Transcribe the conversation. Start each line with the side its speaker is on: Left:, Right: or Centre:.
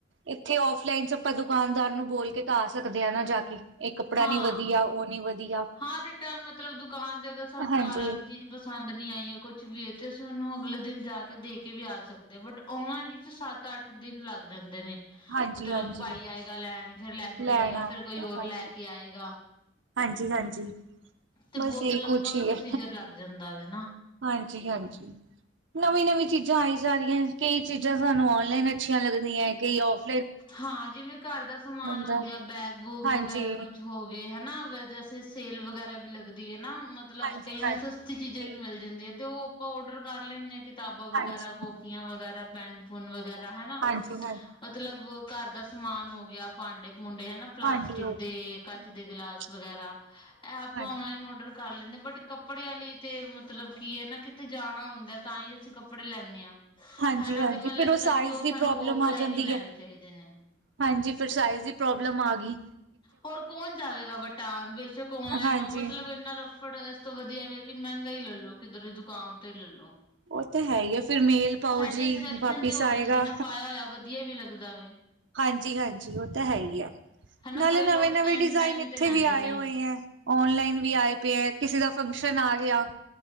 Right: ਇੱਥੇ ਔਫਲਾਈਨ ਚ ਆਪਾਂ ਦੁਕਾਨਦਾਰ ਨੂੰ ਬੋਲ ਕੇ ਤਾਂ ਆ ਸਕਦੇ ਹਾਂ ਨਾ ਜਾ ਏ ਕੱਪੜਾ
Left: ਹਾਂ
Right: ਨੀ ਵਦੀਆ ਓ ਨੀ ਵਦੀਆ।
Left: ਹਾਂ ਰਿਟਰਨ ਮਤਲਬ ਦੁਕਾਨ ਦੇ ਅਗਰ ਸਾਨੂੰ
Right: ਹਾਂਜੀ।
Left: ਘਰ ਆ ਕੇ ਚੀਜ਼ ਪਸੰਦ ਨੀ ਆਈ ਐ ਕੁਛ ਵੀ ਤੇ ਅਸੀਂ ਓਨੂੰ ਅਗਲੇ ਦਿਨ ਜਾ ਕੇ ਦੇ ਕੇ ਵੀ ਆ ਸਕਦੇ ਆ ਬਟ ਓਨਾਂ ਵਿੱਚ ਸੱਤ-ਅੱਠ ਦਿਨ ਲੱਗ ਜਾਂਦੇ ਨੇ।
Right: ਹਾਂਜੀ-ਹਾਂਜੀ
Left: ਮਤਲਬ ਭਾਈ ਆਏਗਾ ਲੈਣ ਫਿਰ ਲੈ ਕੇ
Right: ਲੈਣਾ
Left: ਜਾਏਗਾ ਫੇਰ ਕੋਈ ਹੋਰ
Right: ਹਾਂਜੀ,
Left: ਲੈ ਕੇ ਆਏਗਾ।
Right: ਹਾਂਜੀ-ਹਾਂਜੀ।
Left: ਤੇ
Right: ਬਸ
Left: ਬੋਤ
Right: ਇਹ
Left: ਲੰਬਾ
Right: ਕੁਛ ਹੀ
Left: ਪ੍ਰੋਸੀਜਰ
Right: ਹੈ
Left: ਲੱਗ ਜਾਂਦਾ ਵੇ ਨਾ।
Right: ਹਾਂਜੀ-ਹਾਂਜੀ। ਨਵੀਂ-ਨਵੀਂ ਚੀਜ਼ਾਂ ਆਈ ਜਾ ਰੀਆਂ ਕਈ ਚੀਜ਼ਾਂ ਸਾਨੂੰ ਔਨਲਾਈਨ ਅੱਛੀਆਂ ਲੱਗਦੀਆਂ ਕਈ ਔਫ
Left: ਹਾਂ ਜਿਵੇਂ ਘਰ ਦਾ ਸਮਾਨ
Right: ਬੰਦਾ
Left: ਹੋ ਗਿਆ ਬੈਗ ਵੂਗ
Right: ਹਾਂਜੀ,
Left: ਵਗੈਰਾ ਕੁਛ ਹੋ ਗੇ ਹਨਾ ਜ ਸੇਲ ਵਗੈਰਾ ਵੀ ਲੱਗਦੀ ਐ ਨਾ ਮਤਲਬ
Right: ਹਾਂਜੀ-ਹਾਂਜੀ
Left: ਕਈ ਮੈ ਸਸਤੀ ਚੀਜ਼ਾਂ
Right: ਕਈ
Left: ਵੀ ਮਿਲ ਜਾਂਦੀ ਐ ਤੇ ਓ ਆਪਾਂ ਓਡਰ ਕਰ ਲੈਂਦੇ ਹਾਂ ਕਿਤਾਬਾਂ
Right: ਹਾਂਜੀ,
Left: ਵਗੈਰਾ ਕੌਪੀਆਂ ਵਗੈਰਾ ਪੈਨ ਪੁਨ ਵਗੈਰਾ ਹੈਨਾ
Right: ਹਾਂਜੀ-ਹਾਂਜੀ
Left: ਮਤਲਬ, ਘਰ ਦਾ ਸਮਾਨ ਹੋ ਗਿਆ ਭਾਂਡੇ ਭੂਂਡੇ ਹਨਾ ਪਲਾਸਟਿਕ
Right: ਭਾਂਡੇ ਹੋ ਗਏ
Left: ਦੇ ਕੱਚ
Right: ਹੂੰ
Left: ਦੇ ਗਿਲਾਸ ਵਗੈਰਾ, ਐ ਆਪਾਂ
Right: ਹਾਂਜੀ।
Left: ਔਨਲਾਈਨ ਔਡਰ ਕਰ ਲੈਂਨੇ ਬਟ ਕੱਪੜੇਆਂ ਲਈ ਤੇ ਮਤਲਬ ਕੀ ਐ ਨਾ ਕਿਤੇ ਜਾਣਾ ਹੌਦਾ ਤਾਂਈ ਅਸੀਂ ਕੱਪੜੇ ਲੈਂਨੇ ਆਂ।
Right: ਹਾਂਜੀ-ਹਾਂਜੀ
Left: ਹੈਨਾ ਤੇ ਮੈਨੂੰ
Right: ਫਿਰ
Left: ਲੱਗਦਾ
Right: ਉਹ ਸਾਈਜ਼
Left: ਕਿ ਓ
Right: ਦੀ
Left: ਸਾਨੂੰ
Right: ਪ੍ਰੋਬਲਮ
Left: ਔਫਲਾਈਨ
Right: ਆ ਜਾਂਦੀ
Left: ਹੀ ਲੈਣੇ
Right: ਹੈ।
Left: ਚਾਹੀਦੇ ਨੇ
Right: ਹਾਂਜੀ ਫੇਰ ਸਾਈਜ਼ ਦੀ ਪ੍ਰੋਬਲਮ ਆ ਗੀ।
Left: ਹੋਰ ਕੌਣ ਜਾਵੇਗਾ ਵਟਾਨ ਬੇਸ਼ੱਕ ਔਨਲਾਈਨ
Right: ਹਾਂਜੀ।
Left: ਉਹ ਮਤਲਬ ਇਨਾਂ ਫੜ ਇਸ ਤੋਂ ਵਧੀਆ ਵੀ ਕਿ ਮਹਿੰਗਾ ਹੀ ਲੈਲੋ ਕਿੱਧਰੇ ਦੁਕਾਨ ਤੇ ਲੈਲੋ
Right: ਉਹ ਤਾਂ ਹੈ ਹੀ ਆ, ਫਿਰ ਮੇਲ ਪਾਓ
Left: ਸੈਟਿਸਫੈਕਸ਼ਨ
Right: ਜੀ ਵਾਪਿਸ
Left: ਤੇ ਹੋ
Right: ਆਏਗਾ।
Left: ਜਾਂਦੀ ਹੈ ਨਾ ਪਾਇਆ ਹੋਇਆ ਵਧੀਆ ਵੀ ਲੱਗਦਾ ਵੇ
Right: ਹਾਂਜੀ-ਹਾਂਜੀ ਉਹ ਤਾਂ ਹੈ ਹੀ ਹੈ।
Left: ਹਨਾ
Right: ਨਾਲੇ
Left: ਕਈ
Right: ਨਵੇਂ-ਨਵੇਂ
Left: ਲੋਕ ਐਂਡ
Right: ਡਿਜ਼ਾਇਨ
Left: ਟਾਈਮ
Right: ਇੱਥੇ
Left: ਤੇ ਲੈਂਦੇ
Right: ਵੀ ਆਏ
Left: ਨੇ
Right: ਹੋਏ ਹੈ। ਔਨਲਾਈਨ ਵੀ ਆਏ ਪਏ ਆ, ਕਿਸੇ ਦਾ ਫੰਕਸ਼ਨ ਆ ਗਿਆ